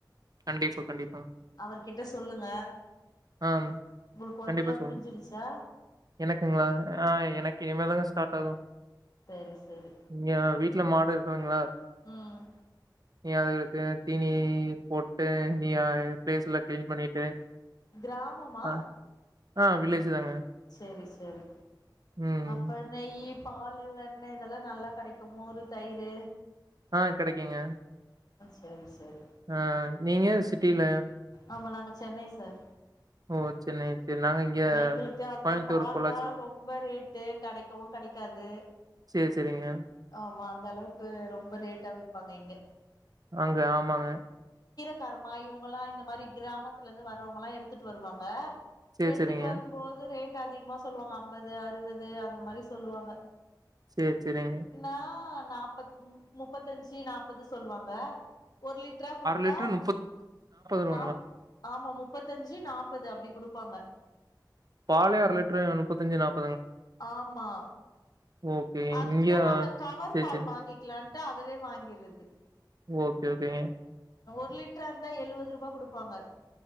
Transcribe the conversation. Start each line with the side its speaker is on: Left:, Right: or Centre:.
Right: கண்டிப்பா, கண்டிப்பாங்க.
Left: அவர் கிட்ட சொல்லுங்க
Right: ஆம்
Left: உங்களுக்கு ஒர்க்லா
Right: கண்டிப்பா சொல்ல
Left: முடிஞ்சிருச்சா
Right: எனக்குங்களா ஆ எனக்கு இனிமேதா இப்பதா ஸ்டார்ட் ஆகும்
Left: செரி செரி
Right: இங்க வீட்ல மாடு இருக்குதுங்களா
Left: ம்
Right: ங்க அது த தீனி போட்டு நீ அ பிளேஸ்லா கிளீன் பண்ணிட்டு
Left: க்ராம்மா
Right: ஆ ஆ வில்லேஜ் தாங்க.
Left: சரி சரி
Right: ம்.
Left: அப்பநை பால் வெண்ண இதெல்லா நல்லா கிடைக்குமோரு தயிர்
Right: ஆ கிடைக்கிங்க
Left: சரி சரி
Right: ஆ நீங்க சிட்டில
Left: ஆமா நாங்க சென்னை சார்
Right: ஓ! சென்னை சரி நாங்க இங்க
Left: எங்களுக்கு அந்த
Right: கோயம்புத்தூர்,
Left: பால்ல்லா
Right: பொள்ளாச்சி.
Left: ரொம்ப ரேட்டு கிடைக்கவு கிடைக்காது
Right: சரி சரிங்க
Left: ஆமா அந்த அளவுக்கு ரொம்ப ரேட்டா விப்பாங்க இங்க
Right: அங்க ஆமாங்க
Left: க்கருமா இவங்கங்களா இந்த மாதிரி கிராமத்துல இருந்து வர்றவங்கல்லா எடுத்துட்டு வருவாங்க
Right: சரி,
Left: எடுத்துட்டு
Right: சரிங்க.
Left: வரும்போது ரேட் அதிகமா சொல்லுவாங்க அம்பது அறுபது அந்த மாதிரி சொல்லுவாங்க
Right: சரி சரிங்க
Left: நா நாப்பத் முப்பத்தஞ்சு நாப்பது சொல்லுவாங்க ஒரு லிட்டரா கொடுத்தா
Right: லிட்டர் ரூ.
Left: ஆம் ஆமா முப்பத்தஞ்சு நாபது அப்படி கொடுப்பாங்க
Right: பாலைய அர லிட்டரு நுப்பத்தஞ்சு நாப்
Left: ஆமா
Right: ஓகே.
Left: அதுக்குதா
Right: இங்க
Left: நாங்க கவர்
Right: சரி,
Left: பால்
Right: சரி.
Left: வாங்கிக்லான் அதவே வாங்கிற்றது
Right: ஓகே ஓகேங்க
Left: ஒரு லிட்ரா இருந்தா எழுவதுருபா குடுப்பாங்க